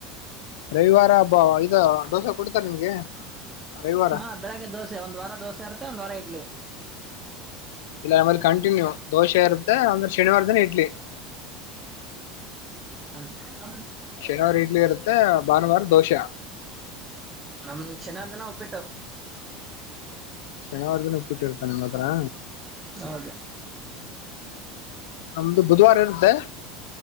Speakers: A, on the left (about 80°); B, on the right (about 20°).
A: ರವಿವಾರ. ಹಬಾ ಇದಾ. ದೋಸೆ ಕೊಡ್ತಾರೆ ನಿಮ್ಗೆ ರವಿವಾರ.
B: ಹಾ ಬೆಳಗ್ಗೆ ದೋಸೆ ಒಂದ್ ವಾರ ದೋಸೆ ಇರುತ್ತೆ ಒಂದ್ ವಾರ ಇಡ್ಲಿ.
A: ಇಲ್ಲನಮಲಿ ಕಂಟಿನ್ಯೂ ದೋಸೆ ಇರುತ್ತೆ ಅಂದ್ರೆ ಶನಿವಾರ ದಿನ ಇಡ್ಲಿ.
B: ಹ್ಮ. <inaudible>
A: ಶನಿವಾರ ಇಡ್ಲಿ ಇರುತ್ತೆ ಭಾನುವಾರ ದೋಶಾ.
B: ನಮ್ ಶನಿವಾರ ದಿನ ಉಪ್ಪಿಟ್ಟು.
A: ಶನಿವಾರ ದಿನ. ಪ್ಪಿಟ್ಟಿರ್ತ ನಿಮ್ಮ ಹತ್ರಾ
B: ಹೌದು
A: ನಮ್ದು ಬುಧವಾರ ಇರುತ್ತೆ